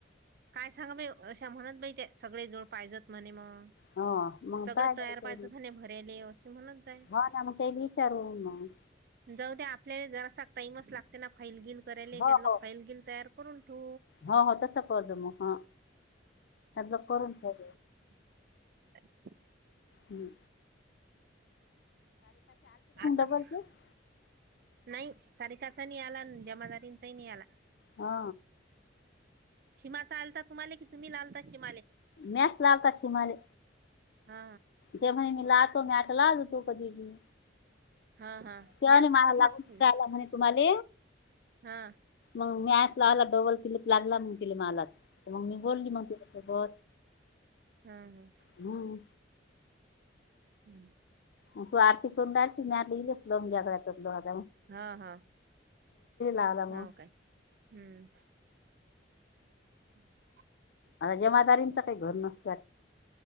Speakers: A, on the right (about 50°); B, on the left (about 55°).
A: काय सांगा बाई अशा म्हणत बाई ते सगळे जोड पाहिजत म्हणे मग
B: हो मग
A: सगळ
B: काय त्याला
A: तयार पाहिजं झाने भरले असे म्हणत जाय
B: हो ना मग त्याला विचारून मग
A: जाऊ आपल्याला जरा टाईमच लागते ना फैलगिल करायला
B: हो
A: त्यातला
B: हो
A: फैलगिल तयार करून ठू
B: हो हो तसं कत मग ह करून ठ
A: <unintelligible>
B: हम्म
A: आताच
B: डबलचे
A: नाही साारकाचानी आला जमा जात तनच नाही याला
B: हा
A: शिमा आलता तुम्हाला कि तुम्ही लालता शीमाले
B: म्याच लावता शिमाले
A: हा
B: ते म्हणे मी लातो मी आठ लाजतो कधीी
A: हा हा
B: त्यावने
A: मी सांगितलं
B: माझ्या लागून राला म्हणे तुम्हाला
A: हा.
B: मंग मी ऐला आला डबल पिलक लागला मग के मलाच मग मी बोलली <unintelligible>
A: ह ह.
B: हम्म
A: हम्म.
B: ग तू आरती कोंडा मी ल लो्या <unintelligible>
A: हा हा.
B: लावला मग
A: हाव काय हम्म. हम्म <inaudible>
B: आता जमादारींच काही घर नसत